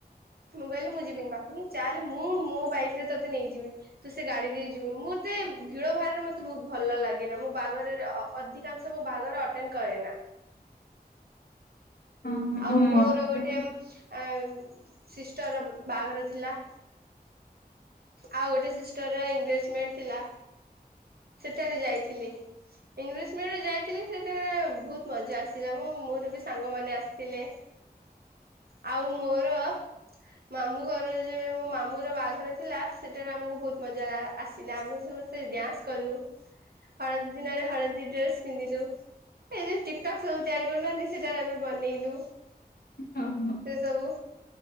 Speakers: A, on the right; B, on the left.
A: ମୁଁ କହିଲି ମୁଁ ଯିବିନି ବାପୁ କି ଚାଲେ ମୁଁ ମୋ ବାଇକ ରେ ତୋତେ ନେଇଯିବି। ତୁ ସେ ଗାଡି ଦେଇ ଯିବୁନି ମତେ ଭିଡ଼ ଭାରରେ ମତେ ବହୁତ ଭଲ ଲାଗେନା। ମୁଁ ବାହାଘରରେ ଅଧିକାଂଶ ମୋ ବାହାଘର ଆଟେଣ୍ଡ କରେ ନା?
B: ଓହୋ
A: ଆଉ ମୋର
B: ମତେ
A: ଗୋଟେ ଆ ସିଷ୍ଟର ବାହାଘର ଥିଲା। ଆଉ ଗୋଟେ ସିଷ୍ଟର ଏଙ୍ଗେଜ୍‌ମେଣ୍ଟ ଥିଲା। ସେଠାରେ ଯାଇଥିଲି। ଇଂଲିଶ ମିଡ଼ି ଯାଇଥିଲି ସେଇଟାରେ ବହୁତ ମଜା ଆସିଲା। ମୁଁ ମୋର ବି ସାଙ୍ଗମାନେ ଆସିଥିଲେ। ଆଉ ମୋର ମାମୁଁ ଘର ଯେ ମୋ ମାମୁଁ ର ବାହାଘର ଥିଲା ସେଠାରେ ଆମକୁ ବହୁତ ମଜା ଲା ଆସିଲା ଆମେ ସମସ୍ତେ ଡ୍ୟାନ୍ସ କଲୁ। ହଳଦୀ ଦିନରେ ହଳଦୀ ଡ୍ରେସ ପିନ୍ଧିଲୁ। ଏଇ ଯୋଉ ଟିକଟକ୍ ସବୁ ତିଆରି କରୁନାହାନ୍ତି ସେଟାରେ ଆମେ ବନେଇଲୁ।
B: ହଉ ହୋ।
A: ସେ ସବୁ।